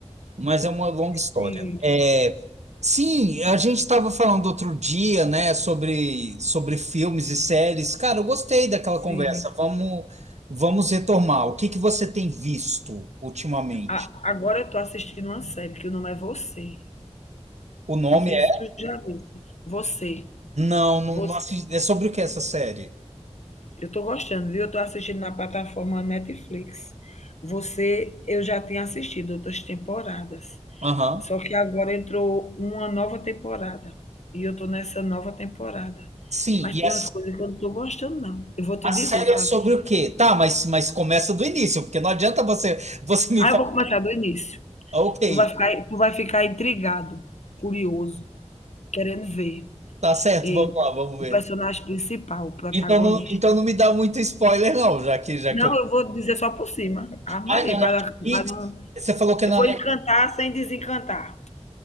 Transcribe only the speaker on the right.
Mas é uma longa história.
É, sim, a gente estava falando outro dia, né, sobre, sobre filmes e séries. Cara, eu gostei daquela
conversa. Vamos, vamos retomar. O que que você tem visto ultimamente?
O nome
é.
Não, não,
não assisti- É sobre o que essa série?
Aham.
Sim,
e
a,
a
série é
sobre o quê? Tá, mas, mas começa do início, porque não adianta você, você me
falar.
"Ah, Ok,
tá certo,
vamos lá, vamos ver.
Então não, então não me dá muito spoiler, não, já que, já
que eu
Ah, é na
Netflix?
Você falou que é
na
Netflix.